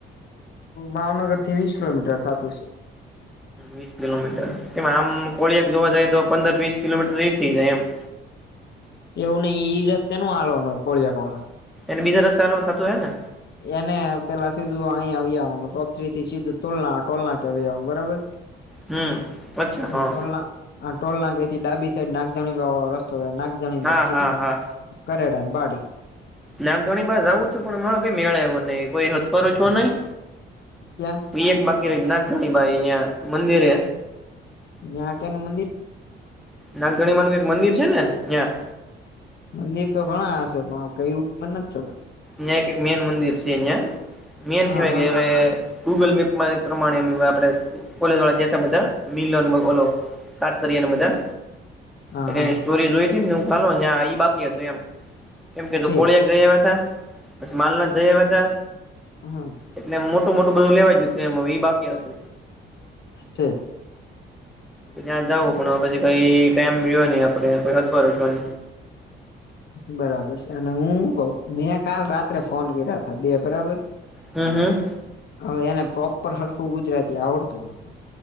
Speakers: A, on the left; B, in the centre.
A: ભાવનગર થી વીસ કિલોમીટર થતુ છે.
B: વીસ કિલોમીટર કે આમ કોળિયાક જોવા જાય, તો પંદર વીસ કિલોમીટર થઇ જાય એમ
A: એવું નહ એઈ રસ્તે નું હલવાનું હોય, કોળિયા કોળ
B: એને બીજા રસ્ હલવાન થતુ, હ ને
A: એને પેલા સીધું અહીયા આવવાનુ, ટોપ થ્રી થી સીધું ટલ ટોલના કે આવવાનું બરાબર
B: હમ અચ્છા હા
A: ટોલ ના ટોલ ના કથી ડાબી સાઈડ નાગધણી વાળો રસ્તો થના ગણી
B: હા
A: બ્છી
B: હા
A: તુકરેડા
B: હા
A: બાડી
B: નાગધોણી બાસ જાવું હતું પણ મા કઈ મેળવો નહી કોઈ હથવારો છો નહીં.
A: કેમ.
B: એ એક બાકી રે નાનકળી બાઈ અહિયાયા મંદિરે.
A: યા ક્યાનું મંદિર.
B: નાગદણીમાં ન એક મંદિર છે ને ત્યાં.
A: મંદિર તો ઘણા હશે પણ કયું મને નથી ખબર.
B: જે કે મેન મુંદિર છે અહિયા મેન
A: હા
B: કેવાય
A: હા
B: કવે. ગૂગલ મેપ પ્રમાણે આપણે <inaudible> બા મિલો ઓ તા તરીયા ને બઘાય.
A: હા
B: એ
A: હા
B: એની સ્ટોરી જોઈને હ ખા બાકી હતું એમ કેમ કેું
A: છે
B: કોળિયાક જઈ આવ્યા ત બસ માલના જઈએ મે ત
A: હમ.
B: એટલે મોટું મોટું બધું લેવાય ગય હતું એ હવે બાકી હતું.
A: હ <inaudible>
B: ત્યાં જવું પણ પછી કઈ ટાઈમ જો્યો નઈ આપડે કોઈ અથવાો જો.
A: બરાબર છે અને હું કઉ મેં કાલ રાત્રે ફોન કર્યા તા બે બરાબર.
B: હમ હમ.
A: હવે એને પ્રોપર હરખું ગુજરાતી આવડતું નહોતું.